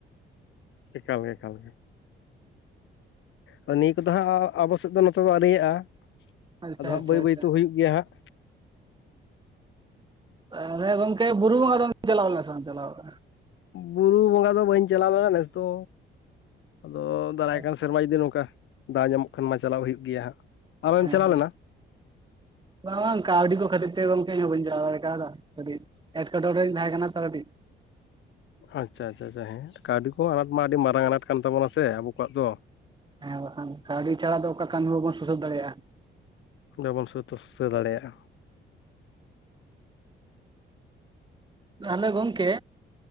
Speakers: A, on the left; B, on the right.
A: ᱮᱠᱟᱞ ᱮᱠᱟᱞ ᱜᱮ ᱫᱚ ᱱᱤᱭᱟᱹ ᱠᱚᱫᱚ ᱦᱟᱸᱜ ᱟᱵᱚ ᱥᱮᱫ ᱫᱚ ᱱᱚᱛᱮ ᱫᱚ ᱟᱹᱣᱨᱤᱭᱟᱜᱼᱟ
B: ᱟᱪᱪᱷᱟ
A: ᱟᱫᱚ ᱦᱟᱸᱜ
B: ᱟᱪᱪᱷᱟ
A: ᱵᱟᱹᱭ ᱵᱟᱹᱭ
B: ᱟᱪᱪᱷᱟ
A: ᱛ ᱦᱩᱭᱩᱜ ᱜᱮᱭᱟ ᱦᱟᱸᱜ
B: ᱛᱟᱦᱟᱞᱮ ᱜᱚᱢᱠᱮ ᱵᱩᱨᱩ ᱵᱚᱝᱜᱟ ᱫᱚᱢ ᱪᱟᱞᱟᱣ ᱞᱮᱱᱟ ᱥᱮ ᱵᱟᱢ ᱪᱟᱞᱟᱣ ᱠᱟᱱᱟ?
A: ᱵᱩᱨᱩ ᱵᱚᱸᱜᱟ ᱫᱚ ᱵᱟᱹᱧ ᱪᱟᱞᱟᱣ ᱞᱮᱱᱟ ᱱᱮᱥ ᱫᱚ ᱟᱫᱚ ᱫᱟᱨᱟᱭ
B: ᱟᱪᱪᱷᱟ
A: ᱠᱟᱱ ᱥᱮᱨᱢᱟ ᱡᱩᱫᱤ ᱱᱚᱝᱠᱟ ᱫᱟᱣ ᱧᱟᱢᱚᱜ ᱠᱷᱟᱱ ᱢᱟ ᱪᱟᱞᱟᱣ ᱦᱩᱭᱩᱜ ᱜᱮᱭᱟ ᱦᱟᱸᱜ ᱟᱢᱮᱢ
B: ᱦᱮᱸ
A: ᱪᱟᱞᱟᱣ
B: ᱦᱮᱸ
A: ᱞᱮᱱᱟ?
B: ᱵᱟᱝ ᱠᱟᱹᱣᱰᱤ ᱠᱚ ᱠᱷᱟᱹᱛᱤᱨ ᱛᱮ ᱜᱚᱝᱠᱮ ᱤᱧ ᱦᱚ ᱵᱟᱹᱧ ᱪᱟᱞᱟᱣ ᱫᱟᱲᱮ ᱠᱟᱣᱫᱟ ᱠᱟᱹᱴᱤᱡ ᱮᱴᱠᱮᱴᱚᱬᱮᱧ ᱛᱟᱦᱮᱸ ᱠᱟᱱᱟ ᱛᱚ ᱠᱟᱹᱴᱤᱡ
A: ᱟᱪᱪᱷᱟ ᱟᱪᱪᱷᱟ ᱟᱪᱪᱷᱟ ᱦᱮᱸ ᱠᱟᱹᱣᱰᱤ ᱠᱚ ᱟᱱᱟᱴ ᱢᱟ ᱟᱹᱰᱤ ᱢᱟᱨᱟᱝ ᱟᱱᱟᱴ ᱠᱟᱱ ᱛᱟᱵᱚᱱᱟ ᱥᱮ ᱟᱵᱚ ᱠᱚᱣᱟᱜ ᱫᱚ
B: ᱦᱮᱸ ᱵᱟᱠᱷᱟᱱ ᱠᱟᱹᱣᱰᱤ ᱪᱷᱟᱲᱟ ᱫᱚ ᱚᱠᱟ ᱠᱟᱹᱢᱤ ᱦᱚ ᱵᱟᱵᱚᱱ ᱥᱩᱥᱟᱹᱨ ᱫᱟᱲᱮᱭᱟᱜᱼᱟ
A: ᱵᱟᱵᱚᱱ ᱥᱟᱹᱛ ᱥᱩᱥᱟᱹᱨ ᱫᱟᱲᱮᱭᱟᱜᱼᱟ
B: ᱛᱟᱦᱚᱞᱮ ᱜᱚᱢᱠᱮ